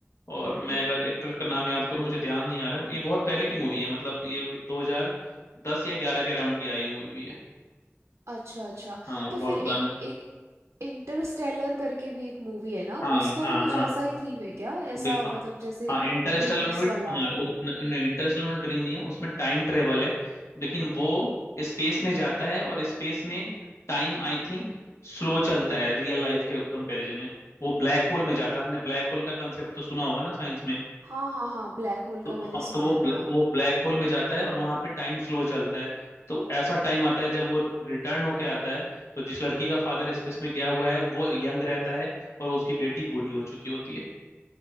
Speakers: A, on the left; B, on the right.
A: और मैं अगर एक्टर का नाम याद करूँ मुझे ध्यान नहीं आ रहा है ये बहुत पहले की मूवी है मतलब ये 2010 या 11 के अराउंड की आई हुई मूवी है
B: अच्छा अच्छा
A: हाँ
B: तो
A: बहुत
B: फिर
A: पुरानी
B: एक एक इंटरस्टेलर करके भी एक मूवी है ना
A: हाँ
B: उसका
A: हाँ
B: भी कुछ
A: हाँ
B: ऐसा ही थीम है क्या ऐसा
A: बिल
B: मतलब जैसे
A: हाँ इंटरस्टेलर
B: ड्रीम्स
A: में भी
B: वाला
A: हाँ उस, न- नहीं इंटरस्टेलर में ड्रीम नहीं है उसमें टाइम ट्रेवल है लेकिन वो स्पेस में जाता है और स्पेस में टाइम आई थिंक स्लो चलता है रियल लाइफ के कंपैरिजन में वो ब्लैक होल में जाता है आपने ब्लैक होल का कंसेप्ट तो सुना होगा ना साइंस में
B: हाँ हाँ हाँ ब्लैक होल
A: तो
B: का मैंने
A: हाँ
B: सुना
A: तो वो
B: है
A: ब्लै,
B: हाँ
A: वो ब्लैक होल में जाता है और वहां पे टाइम स्लो चलता है तो ऐसा टाइम आता है जब वो रिटर्न होके आता है तो जिस लड़की का फादर स्पेस में गया हुआ है वो यंग रहता है और उसकी बेटी बूढ़ी हो चुकी होती है